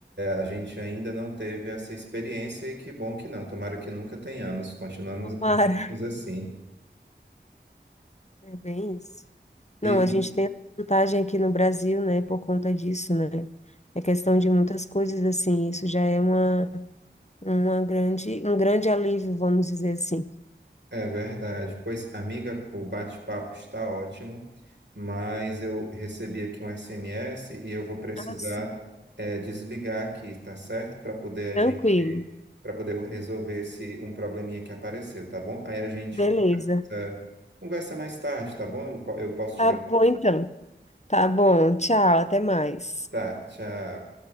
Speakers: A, on the right; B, on the left.
A: A gente ainda não teve essa experiência e que bom que não. Tomara que nunca tenhamos. Continuamos,
B: Tomara.
A: continuamos assim.
B: É bem isso. Não,
A: E
B: a gente
A: e-
B: tem a vantagem aqui no Brasil, né, por conta disso, né? É questão de muitas coisas, assim, isso já é uma Uma grande, um grande alívio, vamos dizer assim.
A: é verdade. Pois, amiga, o bate-papo está ótimo, mas eu recebi aqui um SMS e eu vou precisar
B: Ah, sim.
A: é, desligar aqui, tá certo? Para poder a
B: Tranquilo,
A: gente, para poder resolver esse um probleminha que apareceu, tá bom? Aí a gente
B: beleza.
A: conversa, conversa mais tarde, tá bom? Eu, po- eu posso
B: Tá
A: te ligar.
B: bom então. Tá bom, tchau, até mais.
A: Tá, tchau.